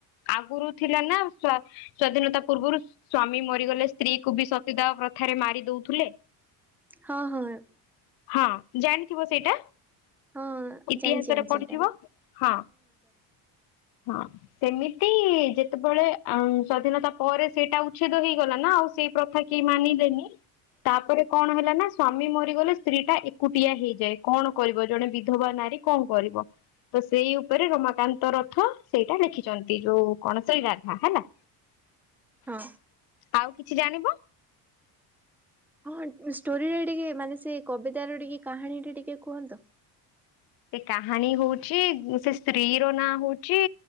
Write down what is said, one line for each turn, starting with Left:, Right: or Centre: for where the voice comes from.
Left: ଆଗୁରୁ ଥିଲା ନା ସ୍ୱା ସ୍ଵାଧୀନତା ପୂର୍ବରୁ ସ୍ଵାମୀ ମରିଗଲେ। ସ୍ତ୍ରୀ କୁ ବି ସତୀଦାୟ ପ୍ରଥାରେ ମାରି ଦଉଥିଲେ।
Centre: ହଁ ହଁ।
Left: ହଁ ଜାଣିଥିବ ସେଇଟା।
Centre: ହଁ
Left: ଇତିହାସରେ
Centre: ଜାଣିଛି ଜାଣିଛି
Left: ପଢିଥିବ
Centre: ଏଇଟା
Left: ହଁ ହଁ। ସେମିତି ଯେତେବେଳେ ସ୍ଵାଧୀନତା ପରେ ସେଇଟା ଉଚ୍ଛେଦ ହେଇଗଲା ନା ଆଉ ସେଇ ପ୍ରଥା କେଇ ମାନିଲେନି। ତାପରେ କଣ ହେଲା ନା ସ୍ଵାମୀ ମରିଗଲେ ସ୍ତ୍ରୀ ଟା ଏକୁଟିଆ ହେଇଯାଏ କଣ କରିବ ଜଣେ ବିଧବା ନାରୀ କଣ କରିବ? ତ ସେଇ ଉପରେ ରମାକାନ୍ତ ରଥ ସେଇଟା ଲେଖିଛନ୍ତି ଯୋଉ କଣସଳୀ ରାଧା ହେଲା।
Centre: ହଁ
Left: ଆଉ କିଛି ଜାଣିବ?
Centre: ହଁ ଷ୍ଟୋରିରେ ଟିକେ ମାନେ ସେ କବତାର ଟିକେ କାହାଣୀ ଟ ଟିକେ କୁହନ୍ତୁ।
Left: ସେ କାହାଣୀ ହଉଛି ସେ ସ୍ତ୍ରୀ ର ନାଁ ହଉଛି